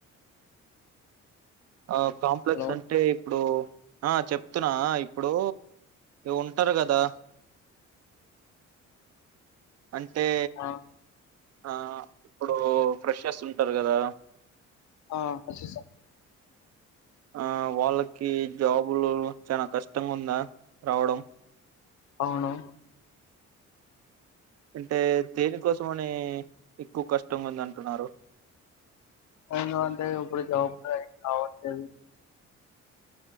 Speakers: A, on the right; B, on the left.
A: ఆ కాంప్లెక్స్
B: హలో
A: అంటే ఇప్పుడు ఆ చెప్తున్నా ఇప్పుడు ఉంటారు కదా అంటే
B: ఆ
A: ఆ ఇప్పుడు ఫ్రెష్ వస్తుంటారు కదా
B: ఆ స
A: ఆ వాళ్ళకి జాబులు చాలా కష్టంగా ఉందా రావడం
B: అవును
A: అంటే దేనికోసమ అని ఎక్కువ కష్టం ఉంది అంటున్నారు
B: ఎందు అంటే ఇప్పుడు జాబులుం కావట్లేదు